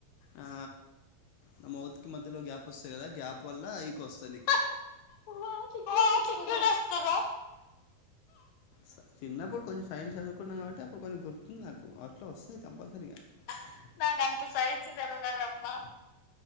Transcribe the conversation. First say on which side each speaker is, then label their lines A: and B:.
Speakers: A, on the left; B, on the left.
A: ఆ నా మౌత్ కి మధ్యలో గ్యాప్ వస్తది కదా గ్యాప్ పొల్ల అవికొస్తా నీకు
B: వాటికి కూడా
A: ఆటిగ్గుడ
B: వస్తదా
A: వస్తర స చిన్నప్పుడు కొంచెం సైన్స్ చదువుకున్నాం కాబట్టి అప్పుడు కొంచెం గుర్తుంది నాకు అట్లా వస్ స్తాయ్ కంపల్సరిగా నాకు అంతా సైన్స్ తెల్వదమ్మా